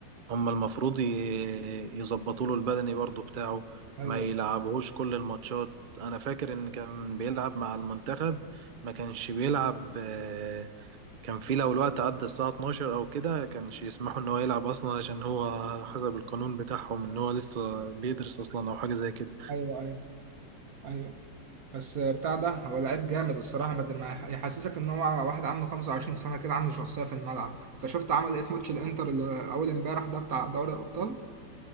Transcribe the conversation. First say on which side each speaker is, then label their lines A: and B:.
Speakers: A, on the right (about 85°); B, on the right (about 50°).
A: هم المفروض ي- يظبطوا له البدني برضو بتاعه
B: ايوه
A: ما يلعبهوش كل الماتشات انا فاكر ان كان بيلعب مع المنتخب ما كانش بيلعب آه، كان في لو الوقت عدى الساعه 12 او كده كانش يسمحوا ان هو يلعب اصلا عشان هو حسب القانون بتاعهم ان هو لسه بيدرس اصلا او حاجه زي كده
B: ايوه ايوه ايوه بس بتاع ده هو لعيب جامد الصراحة ما ما يحسسك ان هو واحد عنده 25 سنة كده عنده شخصية في الملعب انت شفت عمل ايه في ماتش الانتر اللي اول امبارح ده بتاع دوري الابطال